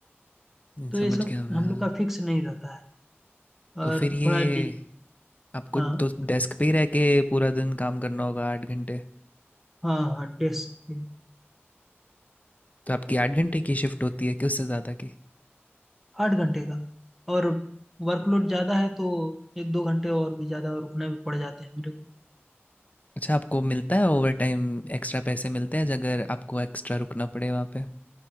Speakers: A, on the left; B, in the centre.
A: नहीं, समझ
B: तो ये सब
A: गया मैं
B: हम
A: हाँ
B: लोग का फिक्स नहीं रहता है
A: तो
B: और
A: फिर ये
B: थोड़ा डि
A: आपको
B: हाँ
A: तो डेस्क पे ही रह के पूरा दिन काम करना होगा आठ घंटे
B: हाँ हाँ डेस्क
A: तो आपकी आठ घंटे की शिफ्ट होती है कि उससे ज़्यादा की
B: आठ घंटे का और वर्कलोड ज़्यादा है तो एक दो घंटे और भी ज़्यादा रुकना भी पड़ जाते हैं मेरे को
A: अच्छा आपको मिलता है ओवर टाइम एक्स्ट्रा पैसे मिलते हैं अगर आपको एक्स्ट्रा रुकना पड़े वहाँ पे